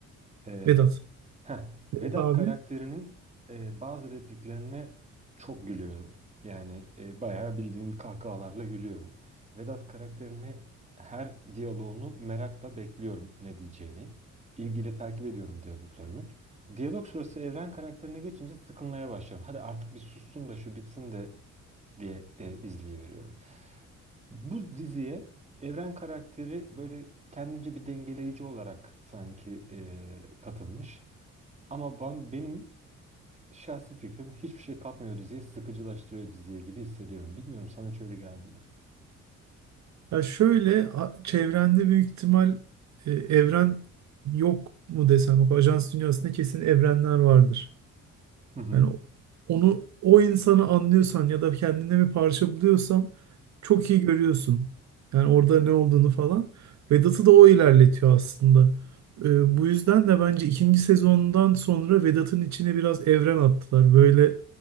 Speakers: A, on the right; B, on the right.
A: Ee,
B: Vedat.
A: heh,
B: Vedat
A: Vedat
B: abi.
A: karakterinin e, bazı repliklerine çok gülüyorum. Yani e, bayağı bildiğin kahkahalarla gülüyorum. Vedat karakterini her diyaloğunu merakla bekliyorum ne diyeceğini. İlgiyle takip ediyorum diyaloglarını. Diyalog sırası Evren karakterine geçince sıkılmaya başlıyorum. Hadi artık bir sussun da şu bitsin de diye e, izleyiveriyorum. Bu diziye Evren karakteri böyle kendince bir dengeleyici olarak sanki e, katılmış. Ama ben, benim şahsi fikrim hiçbir şey katmıyor diziye, sıkıcılaştırıyor diziye gibi hissediyorum. Bilmiyorum sana hiç öyle geldi mi?
B: Ya şöyle a- çevrende büyük ihtimal e, evren yok mu desem. Bak, Ajans dünyasında kesin evrenler vardır.
A: Hı hı.
B: Yani onu o insanı anlıyorsan ya da kendine bir parça buluyorsan çok iyi görüyorsun. Yani orada ne olduğunu falan. Vedat'ı da o ilerletiyor aslında. Ee, bu yüzden de bence ikinci sezondan sonra Vedat'ın içine biraz evren attılar. Böyle